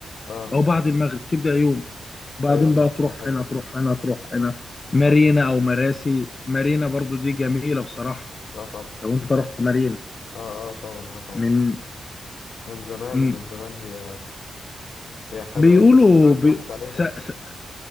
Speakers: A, on the left; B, on the left.
A: اه
B: او بعد المغرب تبدا يوم بعدين
A: ايوه صح
B: بقى تروح
A: ده حقيقي
B: هنا تروح هنا تروح هنا مارينا
A: ده حقيقي
B: او مراسي مارينا برضو دي جميلة بصراحة
A: لا طبعا
B: لو انت رحت مارينا
A: اه اه طبعا اه طبعا
B: من
A: من زمان
B: مم.
A: من زمان هي هي حلوة
B: بيقولوا
A: يعني بس دلوقتي
B: بي...
A: راحت عليها
B: س...
A: يعني
B: س...